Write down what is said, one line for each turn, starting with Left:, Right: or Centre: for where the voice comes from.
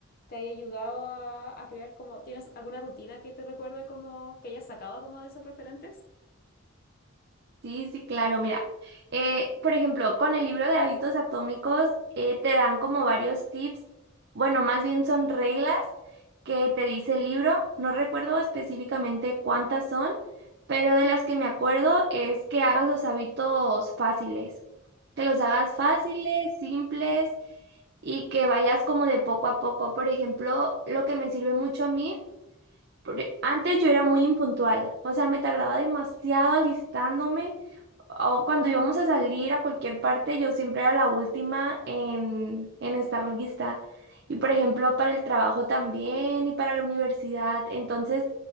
Left: te haya ayudado a, a crear como, ¿tienes alguna rutina que te recuerde como que hayas sacado como de esos referentes?
Right: Sí, sí, claro. Mira, eh, por ejemplo, con el libro de hábitos atómicos eh, te dan como varios tips, bueno, más bien son reglas que te dice el libro. No recuerdo específicamente cuántas son, pero de las que me acuerdo es que hagas los hábitos fáciles, que los hagas fáciles, simples y que vayas como de poco a poco. Por ejemplo, lo que me sirve mucho a mí, porque antes yo era muy impuntual, o sea, me tardaba demasiado alistándome o cuando íbamos a salir a cualquier parte, yo siempre era la última en, en estar lista. Y por ejemplo, para el trabajo también y para la universidad. Entonces,